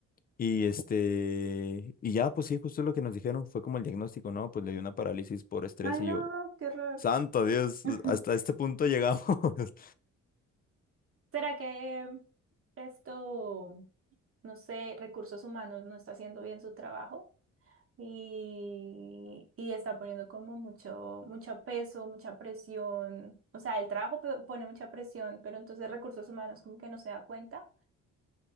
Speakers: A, on the left; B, on the right.
A: Y este, y ya, pues sí, justo lo que nos dijeron fue como el diagnóstico, ¿no? Pues le dio una parálisis por estrés
B: Ay,
A: y
B: no,
A: yo,
B: qué horror.
A: Santo Dios,
B: <laughs>
A: hasta este punto llegamos. <laughs>
B: ¿Será que esto... no sé, recursos humanos no está haciendo bien su trabajo y, y está poniendo como mucho, mucho peso, mucha presión. O sea, el trabajo pe- pone mucha presión, pero entonces recursos humanos como que no se da cuenta.